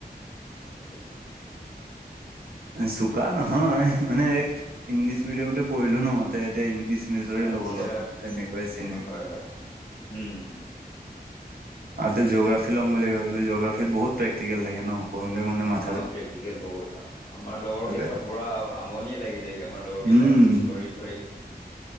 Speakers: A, on the left (about 60°); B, on the right (about 70°).
A: <inaudible>
B: চুকা নহয় মানে ইংলিছ মিডিয়ামতে পঢ়িলো ন এতিয়া ইংলিছ মেজৰে
A: আচ্ছা
B: ল'ব লগা তেনেকৈয়ে চিন
A: হয় হয় উম
B: তাতে জিঅগ্ৰাফি লম বুলি ভাবো জিঅোগ্ৰাফিৰ বহুত প্ৰেক্টিকেল থাকে ন কৰোতে কৰোতে মা <unintelligible>
A: অ প্ৰেক্টিকেল বহুত আমাৰ লগৰ কেইটা
B: বেয়া
A: পুৰা আমনিয়ে লাগি যায় আমাৰ লগৰ
B: উম,
A: কেইটা কৰি কৰি